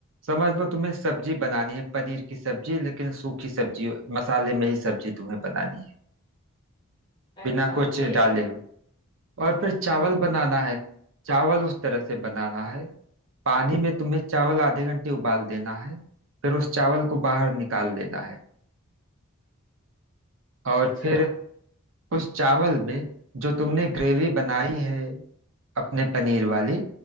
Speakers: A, on the right; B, on the left.
A: समझ लो तुम्हें सब्जी बनानी है पनीर की सब्जी लेकिन सूखी सब्जी मसाले में ही सब्जी तुम्हें बनानी है बिना
B: अच्छा
A: कुछ
B: फिर
A: डाले हुए और फिर चावल
B: हम्म
A: बनाना है चावल उस तरह से बनाना है पानी में तुम्हें चावल आधे घंटे उबाल देना है फिर उस चावल को बाहर निकाल लेना है और
B: अच्छा
A: फिर उस चावल में जो तुमने ग्रेवी बनाई है अपने पनीर वाली